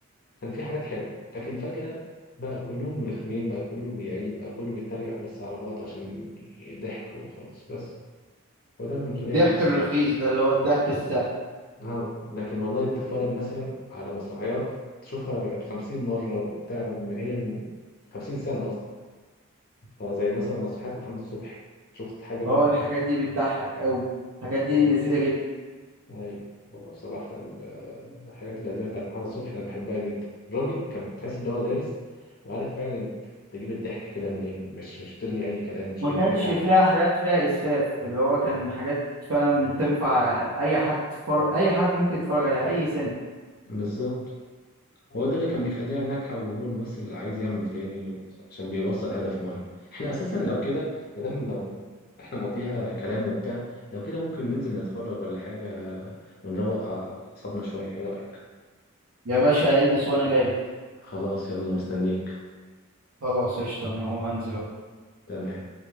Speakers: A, on the left (about 45°); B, on the right (about 70°).
A: كان في حاجات حلوه لكن فجاه بقى كلهم مرخمين بقى كله بيعيد بقى كله بيتريق بس على بعض عشان ضحك وخلاص بس وده اللي مخليها
B: الضحك
A: غلسه
B: الرخيص ده اللي هو الضحك السهل
A: اه لكن والله تتفرج مثلا على مسرحيات تشوفها خمسين مرة وبتاع ومن هي من خمسين سنة أصلا فزي مثلا مسرحيات محمد صبحي شفت حاجة منها؟
B: اه الحاجات دي بتضحك قوي الحاجات دي
A: اه
B: لذيذة جدا
A: أيوة هو بصراحة ال- آه، الحاجات القديمة بتاعت محمد صبحي أنا بحبها جدا الراجل كان تحس إن هو دارس وعارف فعلا تجيب الضحك كده منين مش مش بترمي أي كلام مش
B: ما
A: بيتريق
B: كانش
A: على
B: فيها
A: حد
B: حاجات فيها إسفاف اللي هو كان حاجات فعلا تنفع أي حد فر... أي حد ممكن يتفرج عليها أي سن
A: بالظبط هو ده اللي كان بيخليها ناجحة وهو الممثل اللي عايز يعمل تاني عشان بيوصل هدف معين احنا اساسا لو كده مادام ما- احنا مقضيها كلام وبتاع لو كده ممكن ننزل نتفرج ولا حاجة ونروق أعصابنا شوية ايه رأيك؟
B: يا باشا البس وأنا جايلك
A: خلاص يلا مستنيك
B: خلاص قشطة أنا هو هنزل أهو
A: تمام